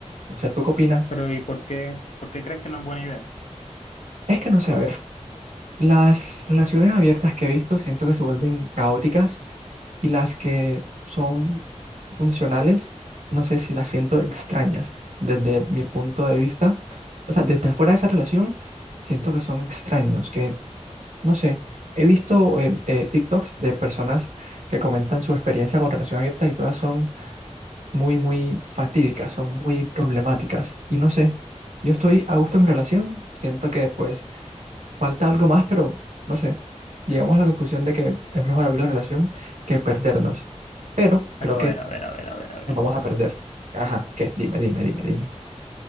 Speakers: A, on the right; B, on the left.
A: No sé, ¿tú qué opinas?
B: Pero ¿y por qué? ¿Por qué crees que no es buena idea?
A: Es que no sé, a ver. Las relaciones abiertas que he visto siento que se vuelven caóticas y las que son funcionales, no sé si las siento extrañas desde mi punto de vista. O sea, desde fuera de esa relación, siento que son extraños, que no sé, he visto eh, eh, TikToks de personas que comentan su experiencia con relación abierta y todas son muy, muy fatídicas, son muy problemáticas. Y no sé, yo estoy a gusto en mi relación, siento que pues falta algo más, pero no sé. Llegamos a la conclusión de que es mejor abrir la relación que perdernos. Pero
B: Pero
A: creo
B: a
A: que
B: ver, a ver, a ver, a ver, a ver.
A: nos vamos a perder. Ajá, ¿qué? Dime, dime, dime, dime.